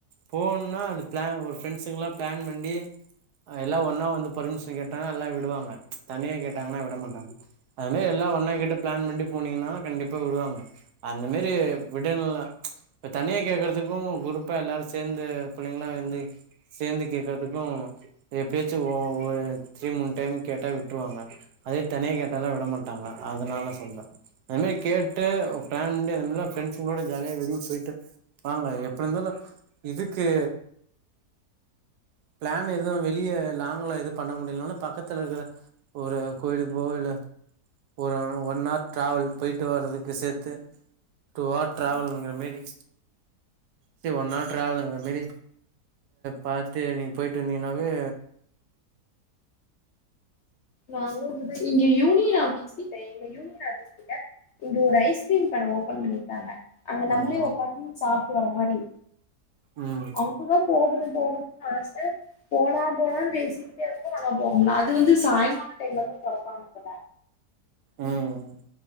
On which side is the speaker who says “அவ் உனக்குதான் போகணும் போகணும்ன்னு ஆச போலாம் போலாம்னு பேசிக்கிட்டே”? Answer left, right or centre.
Left